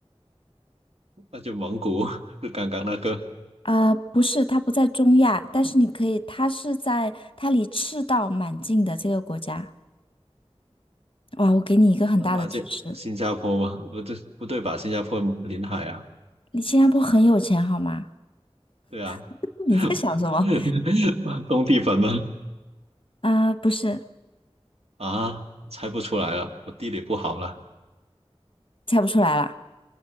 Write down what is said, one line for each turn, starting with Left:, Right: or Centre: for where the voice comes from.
Right: 那就蒙古，<laughs> 就刚刚那个，
Left: 啊，不是它不在中亚，但是你可以，它是在它离赤道蛮近的这个国家。哇，我给你一个很大的提示，
Right: 那马这新加坡吗？不对，不对吧？新加坡临海啊，
Left: 你新加坡很有钱好吗？
Right: 对啊，
Left: <laughs> 你在想什么？
Right: <laughs> 东帝汶吗？
Left: 啊、不是，
Right: 啊，猜不出来了，我地理不好了。
Left: 猜不出来了。